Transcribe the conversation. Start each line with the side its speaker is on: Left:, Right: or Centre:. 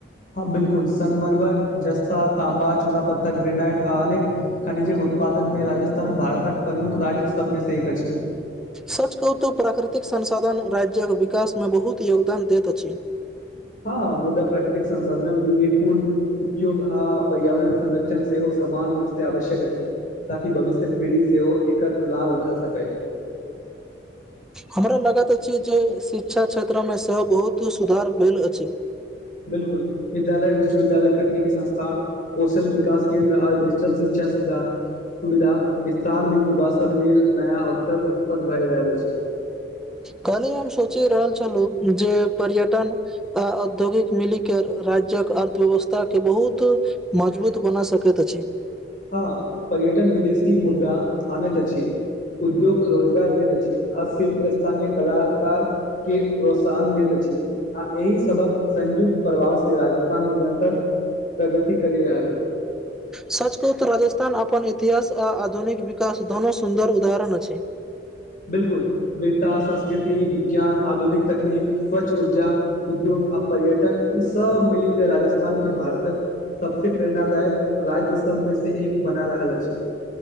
Left: हा बिलकुल संगमरमर, जस्ता, तांबा, चूना पत्थर, ग्रेनाइड आ अनेक खनिजक उत्पादन मे राजस्थान भारतक प्रमुख राज्य सबमे से एक अछि।
Centre: सच कहु तऽ प्राकृतिक संसाधन राज्य्क विकास मे बहुत योगदान देत अछि।
Left: हा मुदा प्राकृतिक संसाधनक विवेकपूर्ण उपयोग आ पर्यावरण संरक्षण से हो समान रूप से आवश्यक अछि। ताकि भविष्यक पीढ़ी सेहो एकर लाभ उठा सके।
Centre: हमरा लागेत अछि जे शिक्षा क्षेत्र मे से हो बहुत सुधार भेल अछि।
Left: बिल्कुल विद्यालय, विश्वविद्यालय, तकनीकी संस्थान कोशल विकास केन्द्र आ डजिटल शिक्षा सुधा सुविधा विस्तार मे युवा सब लेल नया अवसर उत्पन भए रहल अछि।
Centre: कलहि हम सोचि रहल छल हुँ जे पर्यटन औद्योगिक मिली के राज्यक अर्थव्यवस्था के बहुत मजबूत बना सकेत अछि।
Left: हा पर्यटन विदेशी मुद्रा आनेत अछि। उद्योग रोजगार देत अछि, हा शिल्प स्थानीय कलाकार के प्रोत्साहन देत अहि आ ऐहि सबक संयुक्त प्रभाव से राजस्थान निरन्तर प्रगिती करी रहल अछि।
Centre: सच कहू तऽ राजस्थान अपन इतिहास आ आधुनिक विकास दोनो सुन्दर उदाहरण अछि।
Left: बिलकुल वीरता, संस्कृति, विज्ञान, आधुनिक तकनीक, स्वच्छ ऊर्जा उद्योग अ पर्यटन ई सब मिली कऽ राजस्थान के भारतन सबसे प्रेरणादायक राज्य सबमे से एक बना रहल अछि।